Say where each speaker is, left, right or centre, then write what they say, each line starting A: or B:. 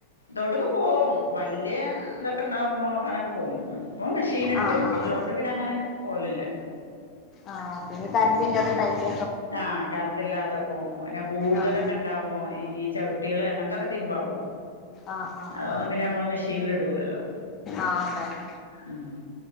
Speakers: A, on the left; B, on the left.
A: തോട്ടുക്ക് പോവും വല്യ ഇതൊക്കെ ഇണ്ടാവുമ്പോ അങ്ങനൊക്കെ പോവും ഇപ്പൊ മെഷീൻ ഇണ്ട്
B: ആഹ്
A: മെഷീൻ
B: ആഹ്
A: ഉള്ളൊണ്ട് പിന്നെ അങ്ങനെ പോവലില്ല.
B: ആഹ് പിന്നെ കറന്റ് ഇല്ലാത്ത ടൈമും
A: ആഹ് കറണ്ട് ഇല്ലാത്തപ്പോ കൂടുതലൊക്കെ
B: ആഹ്
A: ഇണ്ടാവുമോ ഈ ചവിട്ടികൾ അങ്ങനത്തൊക്കെ തിരുമ്പാൻ പോവും.
B: ആഹ് ആഹ്
A: അതൊന്നും പിന്നെ നമ്മള് മെഷീനിൽ ഇടൂലല്ലോ
B: ആഹ് ആഹ് തന്നെ
A: ഉം